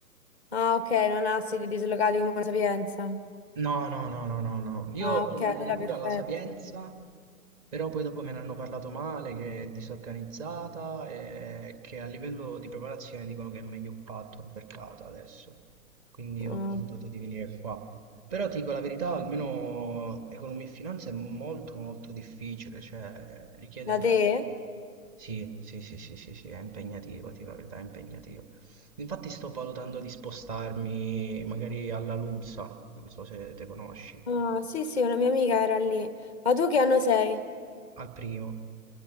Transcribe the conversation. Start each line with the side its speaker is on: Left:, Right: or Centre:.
Centre: Ah, ok, non ha sedi dislocate come la Sapienza.
Right: No, no, no, no, no, no. Io
Centre: Ah, ok,
Right: sono
Centre: allora
Right: andato pure
Centre: perfetto.
Right: alla Sapienza Però poi dopo me ne hanno parlato male, che è disorganizzata e che a livello di preparazione dicono che è meglio fatto il mercato adesso. Quindi
Centre: Ah,
Right: ho pensato di venire qua. Però ti dico la verità, almeno economia e finanza è molto molto difficile, cioè richiede
Centre: Da
Right: tanto.
Centre: te?
Right: Sì, sì, sì, sì, sì, sì, è impegnativo, ti dico la verità, è impegnativo. Infatti sto valutando di spostarmi magari alla LUMSA, non so se te conosci,
Centre: Ah, sì, sì, una mia amica era lì. Ma tu che anno sei?
Right: al primo,